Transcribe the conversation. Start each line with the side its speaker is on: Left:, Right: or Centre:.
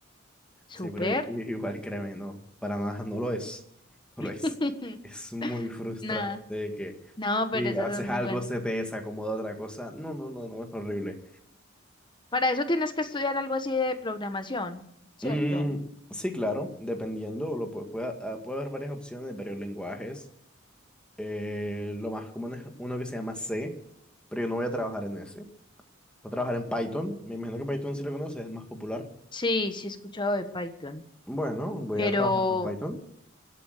Left: súper.
Centre: Sí, pero i- igual créeme, no, para nada no lo es. No lo
Left: <laughs>
Centre: es. Es muy frustrante
Left: Nada,
Centre: que
Left: no,
Centre: si
Left: pero eso
Centre: haces
Left: es muy
Centre: algo
Left: bueno.
Centre: se te desacomoda otra cosa. No, no, no, no, es horrible.
Left: Para eso tienes que estudiar algo así de programación, ¿cierto?
Centre: Mm, sí, claro, dependiendo, lo, pu- puede, ah, puede haber varias opciones de varios lenguajes. Eh, lo más común es uno que se llama C, pero yo no voy a trabajar en ese. Voy a trabajar en Python. Me imagino que Python sí lo conoces, es más popular.
Left: Sí, sí he escuchado de Python,
Centre: Bueno, voy
Left: pero...
Centre: a trabajar con Python.